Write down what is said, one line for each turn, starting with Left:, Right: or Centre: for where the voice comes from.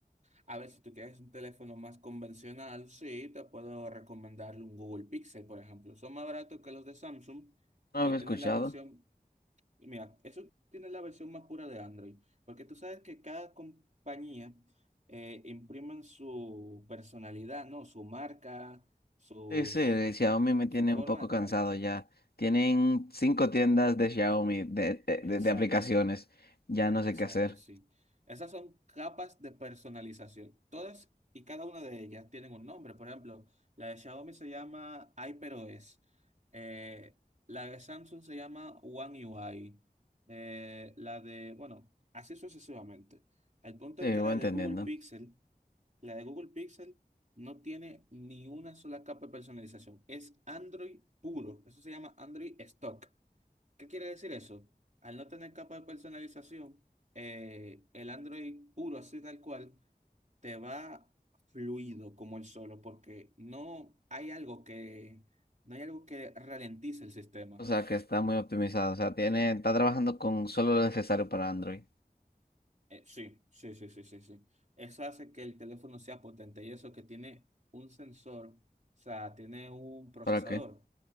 Right: A ver, si tú quieres un teléfono más convencional, sí, te puedo recomendar un Google Pixel, por ejemplo. Son más baratos que los de Samsung
Left: No lo
Right: y
Left: había
Right: tienen
Left: escuchado.
Right: la versión, y mira, eso tiene la versión más pura de Android, porque tú sabes que cada compañía eh, imprimen su personalidad, ¿no? Su marca, sus,
Left: Sí, sí, el Xiaomi me tiene
Right: su forma
Left: un poco
Right: de
Left: cansado
Right: tal.
Left: ya. Tienen cinco tiendas de Xiaomi, de, de,
Right: Exacto.
Left: de- de aplicaciones. Ya no
Right: Exacto,
Left: sé qué hacer.
Right: sí. Esas son capas de personalización. Todas y cada una de ellas tienen un nombre. Por ejemplo, la de Xiaomi se llama HyperOS. Eh, la de Samsung se llama One UI. Eh, la de, bueno, así sucesivamente. El punto
Left: Sí,
Right: es que
Left: voy
Right: la
Left: entendiendo.
Right: de Google Pixel, la de Google Pixel no tiene ni una sola capa de personalización. Es Android puro. Eso se llama Android Stock. ¿Qué quiere decir eso? Al no tener capa de personalización, eh, el Android puro, así tal cual, te va fluido como el solo, porque no hay algo que, no hay algo que ralentice el sistema.
Left: O sea, que está muy optimizado. O sea, tiene, está trabajando con solo lo necesario para Android.
Right: Eh, sí, sí, sí, sí, sí, sí. Eso hace que el teléfono sea potente y eso que tiene un sensor, o sea, tiene un procesador
Left: ¿Para qué?